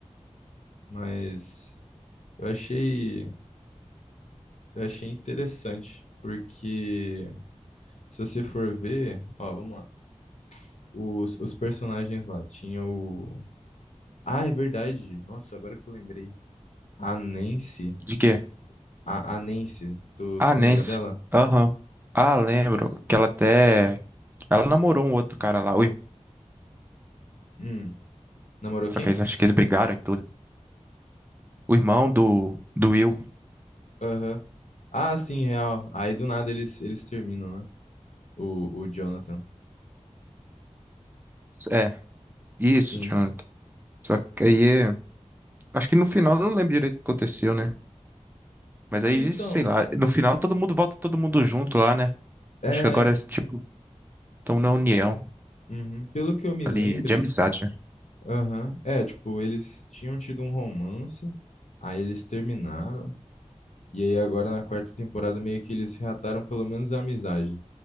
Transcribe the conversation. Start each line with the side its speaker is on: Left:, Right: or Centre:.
Left: Mas eu achei, eu achei interessante, porque se você for ver, ó, vamos lá. Os, os personagens lá, tinha o. Ah, é verdade. Nossa, agora que eu lembrei. A Nancy.
Right: De quê?
Left: A, a Nancy, tu,
Right: Ah,
Left: tu
Right: Nancy.
Left: lembra dela?
Right: Aham. Ah, lembro que ela até. Ela namorou um outro cara lá, o irmão.
Left: Hum. Namorou quem?
Right: Só que eles acho que eles brigaram e tudo. O irmão do, do Will.
Left: Aham. Ah, sim, real. Aí do nada eles, eles terminam, né? O, o Jonathan.
Right: É, isso,
Left: Sim.
Right: Jonathan. Só que aí. é- Acho que no final eu não lembro direito o que aconteceu, né? Mas
Left: Ah,
Right: aí,
Left: então.
Right: sei lá. No final todo mundo volta todo mundo junto lá, né?
Left: É,
Right: Acho que agora é tipo. Estão na união.
Left: uhum. Pelo que eu me
Right: ali
Left: lembro,
Right: de amizade, né?
Left: Aham. É, tipo, eles tinham tido um romance, aí eles terminaram, e aí agora na quarta temporada meio que eles reataram pelo menos a amizade.